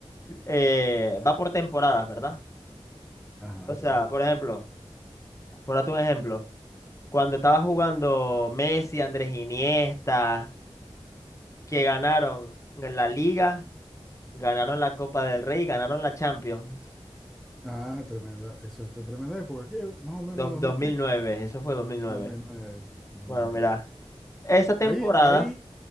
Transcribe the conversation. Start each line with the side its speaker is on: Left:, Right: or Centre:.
Left: eh, va por temporadas, ¿verdad?
Centre: Ajá,
Left: O sea,
Centre: claro.
Left: por ejemplo, por darte un ejemplo, cuando estaba jugando Messi, Andrés Iniesta, que ganaron la Liga, ganaron la Copa del Rey, y ganaron la Champions.
Centre: Ah, tremenda. Eso fue tremenda época. ¿Qué? Más o menos
Left: Do- Dos-
Centre: dos mil
Left: mil
Centre: ¿qué?
Left: nueve eso fue dos mil nueve
Centre: dos dos mil nueve, dos
Left: Bueno,
Centre: mil nueve,
Left: mira,
Centre: sí.
Left: esa temporada,
Centre: Ahí, ahí,